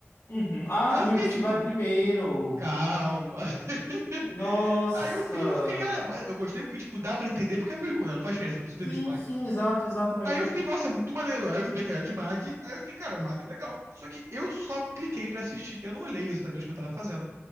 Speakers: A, on the left (about 80°); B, on the right (about 70°).
A: Uhum. Ah,
B: Aí
A: tu
B: eu
A: veio
B: fiquei,
A: pro Sinbad
B: tipo,
A: primeiro.
B: Calma. <laughs>
A: Nossa.
B: Aí eu vi, eu fiquei, ah, mas eu gostei. E, tipo, dá pra entender porque é prequel, né? Não faz diferença, não preciso
A: Sim,
B: ter visto Mag.
A: sim, exato, exatamente.
B: Aí eu fiquei, nossa, é muito maneiro. Aí eu fui ver que era de Mag. Aí eu fiquei, cara, Mag é legal. Só que eu só cliquei pra assistir. Eu não olhei exatamente o que eu tava fazendo.